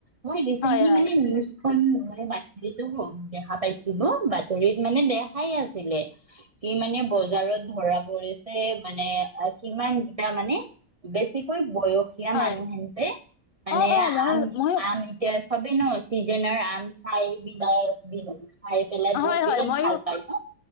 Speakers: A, on the right; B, on the left.
A: মই ৰিচেণ্টলি
B: হয় হয়
A: নিউজ <unintelligible> মই বাতৰিতো দেখা পাইছিলোঁ, বাতৰিত মানে দেখাই আছিলে, কি মানে বজাৰত ধৰা ছে মানে কিমান দুটা মানে বেছিকৈ বয়স দুখীয়া
B: হয়
A: মানুহেনতে মানে
B: অ অ ময়ো
A: আম
B: ময়ো
A: আম এতিয়া চবেই ন চিজনৰ আম খাই বি বি খাই পেলাই বহুত
B: হয় হয়
A: বিৰাট
B: ময়ো
A: ভাল পায় ন